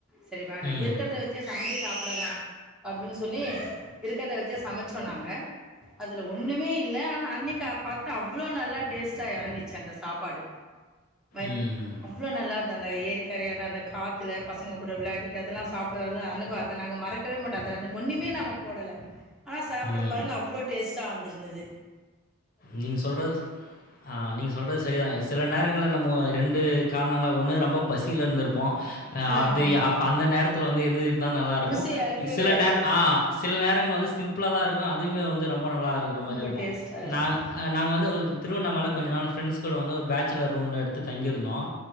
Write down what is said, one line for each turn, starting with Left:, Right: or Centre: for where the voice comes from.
Centre: சரி வேண்டா
Left: ம்
Centre: இருக்கறத வெச்சே <inaudible> சாப்பிடலா அப்டின் சொல்லி இருக்கற்த வெச்சே சமச்சோ நாங்க அதுல ஒன்னுமே இல்ல ஆனா அன்னிக்கு அ பாத்தா அவ்ளோ நல்லா டேஸ்ட்டா எறங்கிச்சு அந்த சாப்பாடு வை
Left: ம்
Centre: அவ்வளோ நல்லார் அந்த ஏரிக்கரையட அந்த காத்துல பசங்க கூட விளையாட்டு அதெல்லாம் சாப்டது அனுபவ அத நாங்க மறக்கவே மாட்டோம் டா ஒன்னுமே நம்ம போடல ஆனா சாப்படு
Left: ம்
Centre: பாருங்க அவ்ளோ டேஸ்டா வந் இருந்துது
Left: நீங்க சொல்றது அ நீங்க சொல்றது சரிதான் சில நேர நேரங்கள நம்ம ரெண்டு காரணங்கள ஒன்னு ரொம்ப பசியில இருந்துருப்போம் அ அது
Centre: ஆமா
Left: அப் அந்த நேரத்தில வந்து எது இருந்த நல்லா இருக்கும்
Centre: ருசி அறியவே
Left: சில
Centre: அறியாது
Left: நேர ஆ சில நேர <unintelligible> சிம்பிளா தான் இருக்கும் அதுமே வந்து ரொம்ப நல்லா இருக்கிற
Centre: ரொம்ப
Left: மாரி இருக்கும்
Centre: டேஸ்ட்டா இருக்கு
Left: நா அ நாங்க வந்து ஒரு திருவண்ணாமலை கொஞ்ச நாள் பிரெண்ட்ஸ் கூட வந்து ஒரு பேச் சுலர் ரூம்ல எடுத்து தங்கிருந்தோம்